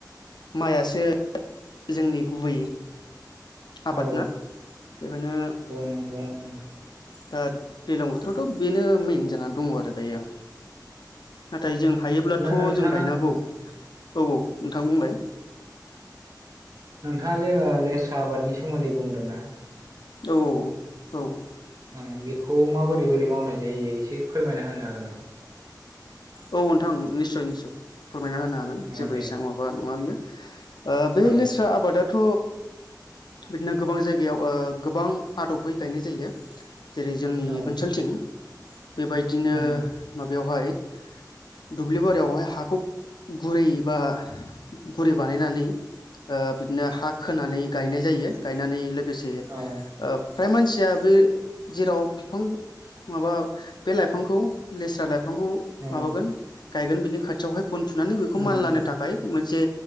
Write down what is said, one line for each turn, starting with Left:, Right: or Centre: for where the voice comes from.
Left: माइआसो जोंनि गुबै आबादना
Right: औ
Left: बेखायनो
Right: नंगौ ओरैनो
Left: दा दैलां बोथोरावथ' बेनो मेेन जानानै दङ आरो दायो। नाथाय जों हायोब्लाथ'
Right: नोंथाङा
Left: जों गायनांगौ। औ औ नोंथां बुंलाय
Right: नोंथाङा जे ओ लेस्रा आबादनि सोमोन्दै बुंदोंना
Left: औ औ।
Right: ओम बेखौ माबोरै बोरै मावनाय जायो एसे फोरमायना होनो हागोन नामा
Left: औ नोंथां निस्सय निस्सय। फोरमायना होनो हागोन जेबो
Right: अ दे
Left: इसेबां माबा नङा बियो ओ बे
Right: औ
Left: लेस्रा आबादाथ' बिदिनो गोबां जायगायाव ओ गोबां आदबहै गायनाय जायो। जेरै जोंनि
Right: औ
Left: ओनसोलथिं बेबायदिनो
Right: उम,
Left: माबायावहाय दुब्लि बारियावहाय हाखौ गुरै बा गुरै बानायनानै ओ बिदिनो हा खोनानै गायनाय जायो गायनानै लोगोसे ओ
Right: औ
Left: फ्राय मानसिया बे जेराव फिफां माबा बे लाइफांखौ लेस्रा लाइफांखौ
Right: औ
Left: माबागोन गायगोन बिनि खाथियावहाय ग गनथुनानै बेखौ
Right: उम
Left: मानलानो थाखाय मोनसे